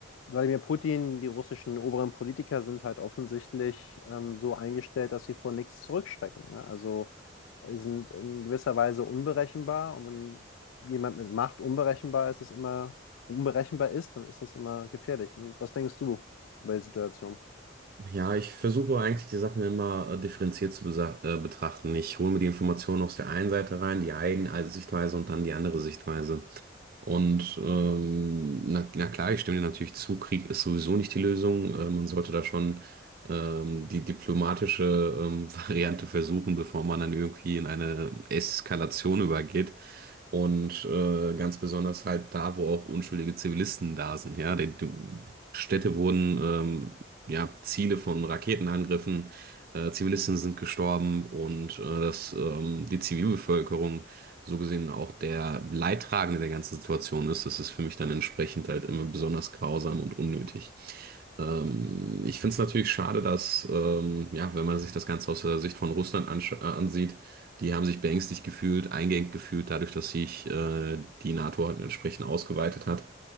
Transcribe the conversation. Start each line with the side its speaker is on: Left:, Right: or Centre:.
Left: Wladimir Putin, die russischen oberen Politiker sind halt offensichtlich ähm, so eingestellt, dass sie vor nichts zurückschrecken. Ne? Also sind in gewisser Weise unberechenbar. Und wenn jemand mit Macht unberechenbar ist, ist es immer, unberechenbar ist, dann ist das immer gefährlich. Und was denkst du über die Situation?
Right: Ja, ich versuche eigentlich die Sachen immer äh, differenziert zu besa- äh, betrachten. Ich hole mir die Informationen aus der einen Seite rein, die eine also Sichtweise und dann die andere Sichtweise. Und ähm, na, na klar, ich stimme dir natürlich zu, Krieg ist sowieso nicht die Lösung. Äh, man sollte da schon ähm, die diplomatische ähm, <laughs> Variante versuchen, bevor man dann irgendwie in eine Eskalation übergeht. Und äh, ganz besonders halt da, wo auch unschuldige Zivilisten da sind. Ja, die, die Städte wurden ähm, ja, Ziele von Raketenangriffen, äh, Zivilisten sind gestorben und äh, dass ähm, die Zivilbevölkerung so gesehen auch der Leidtragende der ganzen Situation ist, das ist für mich dann entsprechend halt immer besonders grausam und unnötig. Ähm, ich finde es natürlich schade, dass, ähm, ja, wenn man sich das Ganze aus der Sicht von Russland ansch- äh, ansieht, die haben sich beängstigt gefühlt, eingeengt gefühlt, dadurch, dass sich äh, die NATO halt entsprechend ausgeweitet hat